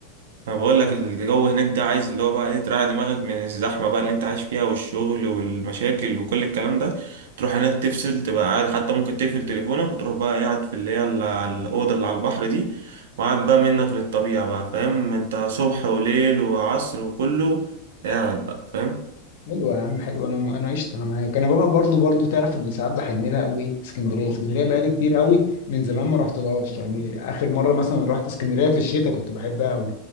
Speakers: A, on the right; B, on the left.
A: انا بقول لك الجو هناك ده عايز اللي هو بقى ايه تريح دماغك من الزحمه بقى اللي انت عايش فيها والشغل والمشاكل وكل الكلام ده تروح هناك تفصل تبقى قاعد حتى ممكن تقفل تليفونك وتروح بقى قاعد في اللي هي ال- الاوضه اللي على البحر دي وقاعد بقى منك للطبيعه بقى فاهم انت صبح وليل وعصر وكله قاعد بقى فاهم
B: حلو يا عم حلو انا انا قشطه انا معاك انا بقى برضو برضو تعرف اللي ساعات بحن لها قوي اسكندريه اسكندريه بقالي كتير قوي من زمان ما رحتلهاش يعني اخر مره مثلا رحت اسكندريه في الشتاء كنت بحبها قوي